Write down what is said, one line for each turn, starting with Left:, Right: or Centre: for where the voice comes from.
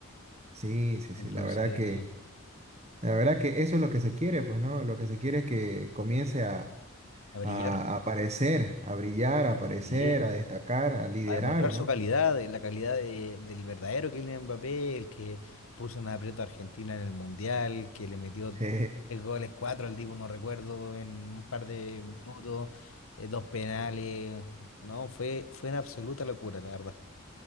Right: Sí, sí, sí,
Left: entonces
Right: la verdad
Left: eh,
Right: que, la verdad que eso es lo que se quiere, pues, ¿no? Lo que se quiere es que comience a,
Left: a brillar,
Right: a, a aparecer, a brillar, a aparecer,
Left: sí,
Right: a destacar, a liderar,
Left: a demostrar
Right: ¿no?
Left: su calidad, eh, la calidad de- del verdadero Kylian Mbappé, el que puso una aprieto a Argentina en el Mundial, que le metió
Right: Sí,
Left: tres goles, cuatro al Divo, no recuerdo, en un par de minutos, eh, dos penales, no, fue, fue una absoluta locura, la verdad.